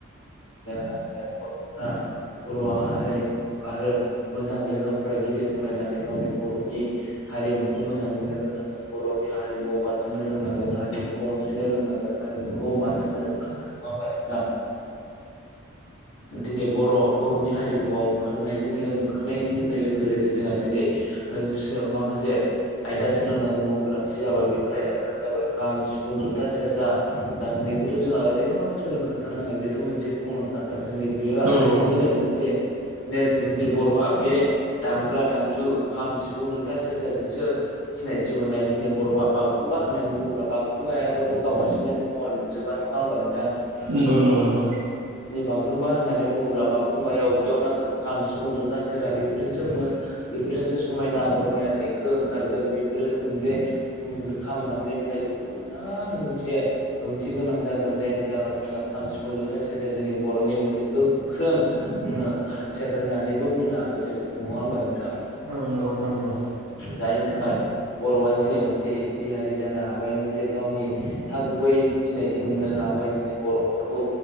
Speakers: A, on the left (about 65°); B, on the right (about 85°).
A: नो बर' माहारि आरो मोजां लेखा फराय गिदिर फरायनानै गावनि बर'नि हारिमुखौ मोजां मोननो रोंनांगोन बर'नि हारि हारिमुआव बारसोमनो रोंनांगोन हारिमुखौ अनसायनो रोंनांगोन हारिमुखौ मान होनो रोंनांगोन नङा होमबा नोंथां? दिनै बर' बर'नि हारिमुआव ओंखारनायजोंनो खारनाय होननाय लोगो लोगो जोंहा दिनै माखासे आयदा सोलोंनांगौ गोनांथि जाबाय बेफोर आयदाफोरानो जाबाय खाम सिफुं जथा सेरजा दामनाय खौथ' जोंहा ओरैनोबाबो सोलोंखाथारनांगोन बेथ' मोनसे कमन खाथार। जोंनि बे
B: ओ
A: हारिनिनो
B: नंगौ नंगौ औ
A: मोनसे नेरसोन दिनै बर'हा बे दामग्रा दामजु खाम सिफुं जथा सेरजाजोंसो सिनायथि मोननाय दिनै बर' गहा बागुरुमबा होननानै बुङोब्ला बागुरुम्बायायाबोथ' गाव हारसिं महर मोनजोबा नङा होनबा नोंथां?
B: नंगौ नंगौ नंगौ
A: बि बागुरुम्बा होननानै बुङोब्ला बागुरुमबाया अबेयाव नांगोन खाम सिफुं जथ था सेरजा बेफोरजोंसोङो बेफोरजोंसो समायना रमायना देंखो ओंखारगोन बेफोरो बे खाम दामनाय देनाय जिथु मोजां मोनसे ओंथि गोनां जागोन। जायनि जाहोनाव जों खाम सिफुं जथा सेरया जोंनि बर'नि मोनसे गोख्रों हासार होननानैबो बुंनो हागोन जों बेखौ नङा होमबा नोंथां?
B: औ नंगौ नोंथां नंगौ
A: जायनि थाखाय बर'आ दिनै मोनसे एस टि हारि जानो हाबाय मोनसे गावनि थागै सिनायथि मोननो हाबाय। ाबाय बर'फोरखौ